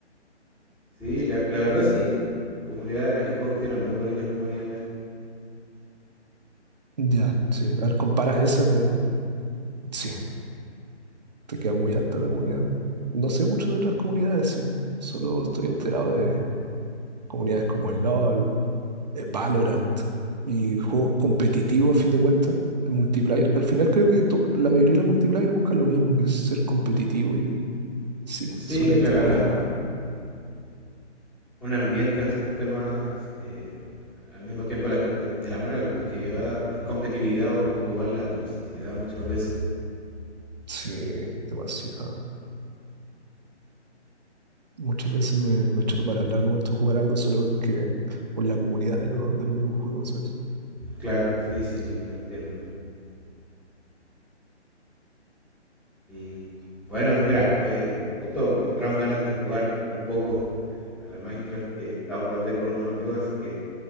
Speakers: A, in the centre; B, on the right.
A: Sí, la, la verdad sí. Comunidad, hay juegos que tienen muy bonitas comunidades.
B: Ya, sí. A ver, comparas esa con... Sí, te queda muy alta la comunidad. No sé mucho de otras comunidades, sí. Solo estoy enterado de comunidades como el LOL eh, Valorant y juegos competitivos a fin de cuentas, el multiplayer. Al final creo que to- la mayoría de los multiplayer buscan lo mismo, que es ser competitivo y sí,
A: Sí,
B: suelen
A: la,
B: tener
A: la,
B: una...
A: un ambiente bastante más... eh, al mismo tiempo la compe- de la mano de la competitividad, competitividad va un poco igual la toxicidad muchas veces.
B: Sí, demasiado. Muchas veces me, me echo para atrás al momento de jugar algo solo porque por la comunidad de, lo- de los mismos juegos, ¿sabes?
A: Claro, sí, sí, lo entiendo. Y bueno, mira, fue justo me entraron ganas de jugar un poco al- a la Minecraft que estaba jugando ahí con unos amigos, así que